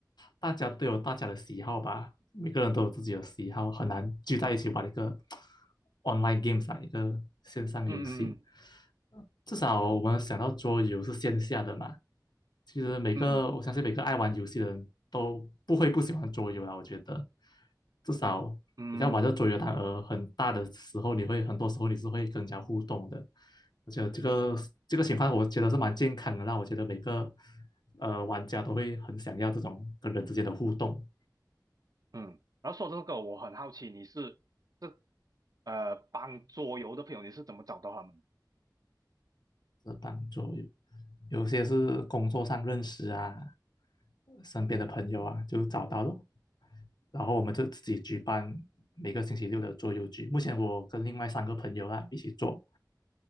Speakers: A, on the left; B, on the right.
A: 大家都有大家的喜好吧，每个人都有自己的喜好，很难聚在一起玩一个 <tsk> online games 啊，一个线上游戏。
B: 嗯嗯
A: 至少我们想到桌游是线下的嘛，其实每个我相信每个爱玩游戏的人都不会不喜欢桌游啦。
B: 嗯
A: 我觉得，至少你在玩这桌游，
B: 嗯嗯
A: 它呃很大的时候，你会很多时候你是会跟人家互动的。我觉得这个这个情况，我觉得是蛮健康的啦。我觉得每个呃玩家都会很想要这种跟人之间的互动。
B: 嗯。然后说这个，我很好奇你是这呃帮桌游的朋友，你是怎么找到他们？
A: 是帮助有有些是工作上认识啊，身边的朋友啊，就找到咯。然后我们就自己举办每个星期六的桌游局。目前我跟另外三个朋友啊一起做，